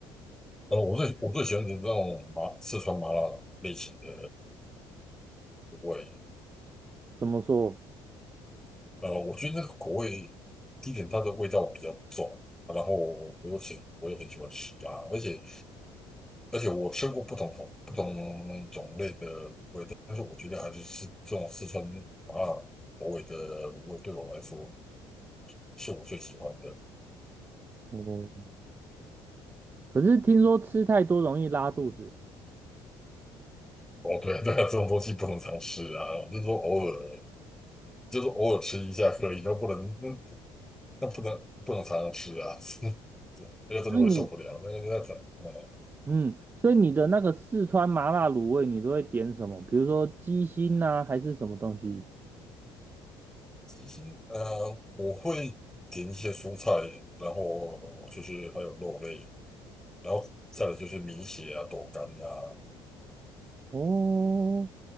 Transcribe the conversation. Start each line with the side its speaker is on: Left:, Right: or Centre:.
Centre: 然后我最我最喜欢的那种麻四川麻辣类型的口味，
Right: 怎么说？
Centre: 呃，我觉得那个口味，第一点它的味道比较重，然后我又喜我又很喜欢吃辣，而且而且我吃过不同种不同种类的味，但是我觉得还是吃这种四川麻辣口味的味，对我来说是我最喜欢的。
Right: 哦，可是听说吃太多容易拉肚子，
Centre: 哦，对啊对啊，这种东西不能常吃啊，就是说偶尔，就是偶尔吃一下可以，那不能那不那不能不能常常吃啊，<laughs> 那个真的会受不了。
Right: 所以你
Centre: 那个那怎嗯，
Right: 嗯，所以你的那个四川麻辣卤味，你都会点什么？比如说鸡心呐、还是什么东西？
Centre: 其实呃，我会点一些蔬菜，然后就是还有肉类，然后再来就是米血啊、豆干啊。
Right: 哦，